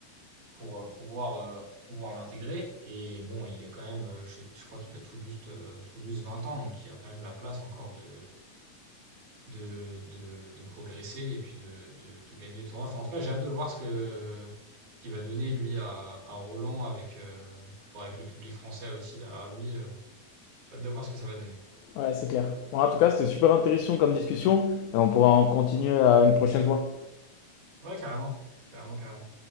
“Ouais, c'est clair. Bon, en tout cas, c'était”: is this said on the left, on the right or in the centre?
Left